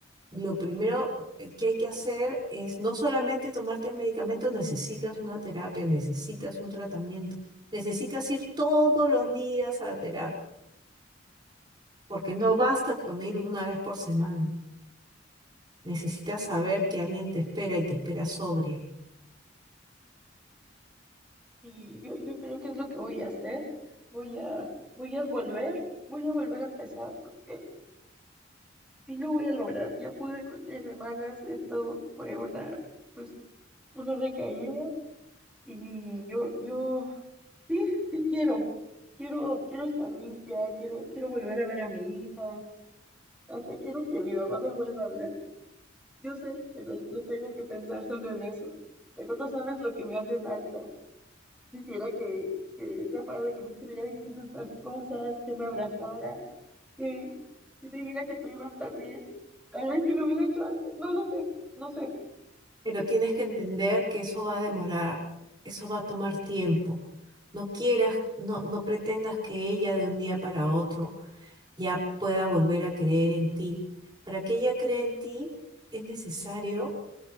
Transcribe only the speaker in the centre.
Y yo, yo creo que es lo que voy a hacer. Voy a, voy a volver, voy a volver a empezar porque sí lo voy a lograr. Ya pude con tres semanas, esto fue una, pues, una recaída y yo, yo Sí, sí quiero. Quiero, quiero estar limpia, quiero, quiero volver a ver a mi hija, hasta quiero que mi mamá me vuelva a hablar. Yo sé que lo, lo tengo que pensar solo en eso, pero no sabes lo que me hace falta. Quisiera que, que ella fuera la que me estuviera diciendo estas cosas, que me abrazara, que, que me dijera que tú ibas a estar bien. Tal vez si lo hubiera hecho antes, no lo sé, no sé.